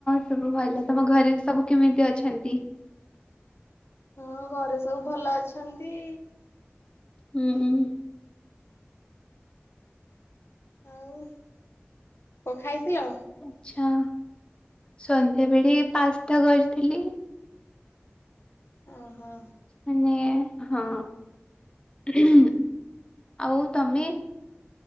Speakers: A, on the left (about 20°); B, on the left (about 65°).
A: ସବୁ ଭଲ ତମ ଘରେ ସବୁ କେମିତି ଅଛନ୍ତି?
B: ହଁ ଘରେ ସବୁ ଭଲ ଅଛନ୍ତି।
A: ହୁଁ ହୁଁ।
B: ଆଉ କ ଖାଇଥିଲ?
A: ଆଚ୍ଛା ସନ୍ଧ୍ୟାବେଳେ ପାସ୍ତା କରିଥିଲି।
B: ଅଁ ହୋ।
A: ମାନେ ହଁ ହୁ ଆଉ ତମେ?